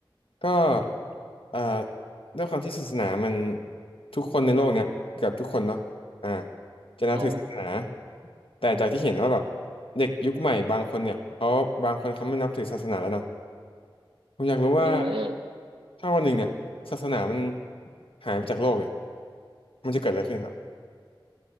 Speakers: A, on the left (about 85°); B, on the right (about 85°).
A: ก็อ่าด้วยความที่ศาสนามันทุกคนในโลกเนี่ยเกือบทุกคนเนาะอ่าจะนับถือศาสนา
B: อืม
A: แต่จากที่เห็นว่าแบบเด็กยุคใหม่บางคนเนี่ยเขาบางคนเขาไม่นับถือศาสนาแล้วเนาะผมอยากรู้ว่า
B: อืม
A: ถ้าวันหนึ่งเนี่ยศาสนามันหายไปจากโลกเนี่ยมันจะเกิดอะไรขึ้นครับ